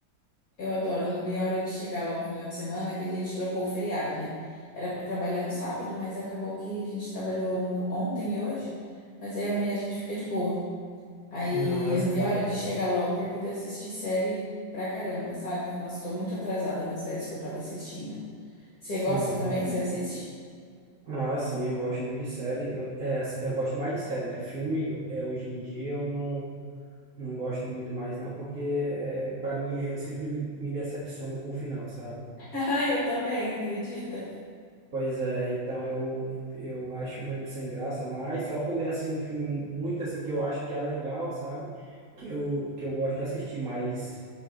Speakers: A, on the left; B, on the right.
A: Eu adoro, não vi a hora de chegar logo no final de semana, que a gente trocou o feriado, né? Era para trabalhar no sábado, mas acabou que a gente trabalhou no ontem e hoje, mas aí amanhã a gente fica de boa. Aí
B: ah,
A: eu
B: sim.
A: não vi a hora de chegar logo pra poder assistir série pra caramba, sabe? Nossa, tô muito atrasada nas séries que eu tava assistindo. Você
B: sim.
A: gosta também? Você assiste? <laughs>
B: Ah, sim, eu gosto muito de série. Eu, é, eu gosto mais de série, né? Filme, é, hoje em dia eu não. Não gosto muito mais, não, porque é, para mim eu sempre me, me decepciono com o final, sabe?
A: Ah, eu também, acredita?
B: Pois é, então eu, eu acho meio sem graça, mas só quando é assim um filme muito assim que eu acho que é legal, sabe? Que eu, que eu gosto de assistir, mas